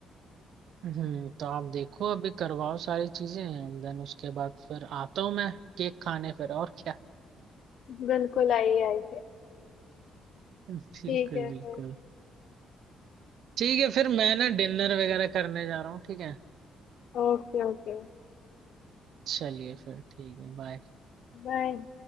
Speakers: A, on the right; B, on the left.
A: हम्म तो आप देखो अभी करवाओ सारी चीजें एंड देन उसके बाद फिर आता हूँ मैं केक खाने फिर और क्या <laughs>
B: बिल्कुल आई आई है
A: बिल्कुल
B: ठीक है फिर
A: बिल्कुल ठीक है फिर मैं ना डिनर वगैरह करने जा रहा हूँ ठीक है
B: Okay okay
A: चलिए फिर ठीक है बाय
B: बाय